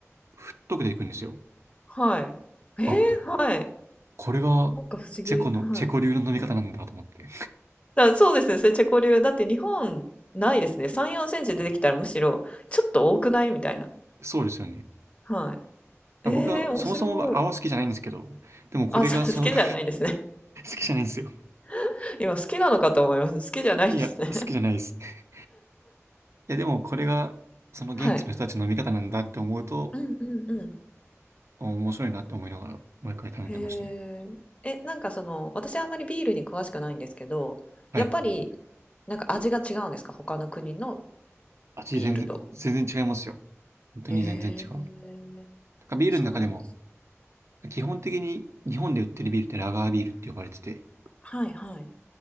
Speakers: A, on the right (about 65°); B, on the left (about 25°).
A: 太く出てくるんですよ。
B: はいえーはい
A: あ、これが
B: なんか不思議はい
A: チェコの、チェコ流の飲み方なんだと思って。
B: だそうですね、それチェコ流。だって日本ないですね。3、4センチ出てきたらむしろちょっと多くないみたいな。
A: そうですよね。
B: は
A: 僕はそもそも泡好きじゃないんですけど、
B: い。えー、面白い。
A: でもこれがその
B: あ、そう好きじゃないんですね。
A: <laughs> 好きじゃないんですよ。
B: <laughs> 今好きなのかと思います。好きじゃないんですね。
A: いや、好きじゃないです。いや、でもこれがその現地の人たちの見方なんだって思うと、
B: <laughs> はい。うんうんう
A: お面白いなって思いながら、毎回頼んでましたね。
B: ん。へえ。え、なんかその、私あんまりビールに詳しくないんですけど、
A: はい。
B: やっぱりなんか味が違うんですか他の国の
A: 味全然、
B: ビールと。
A: 全然違いますよ。本当に全然違う。
B: へえ。
A: なんかビールの中でも、
B: そうなんですね。
A: 基本的に日本で売ってるビールってラガービールって呼ばれてて、
B: はいはい。